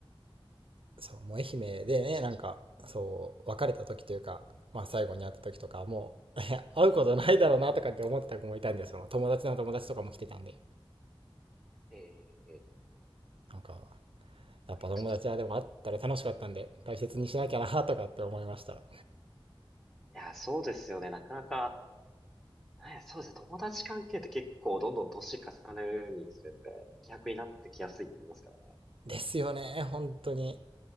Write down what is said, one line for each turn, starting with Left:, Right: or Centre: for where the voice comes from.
Right: そう、もう愛媛でね、
Centre: 確か
Right: なんか、そう、別れた時というか、まあ最後に会った時とか、もう、<laughs> いや会うことないだろうなとかって思ってた子もいたんで、その友達の友達とかも来てたんで、
Centre: に。ええ
Right: なんか、やっぱ友達はでも会ったら楽しかったんで、
Centre: ちょっと
Right: 大切にしなきゃなとかって思いました。
Centre: いや、そうですよね、なかなか、なんや、そうですね、友達関係って結構どんどん年重ねるにつれて、希薄になってきやすいって言いますからね。
Right: ですよね、本当に。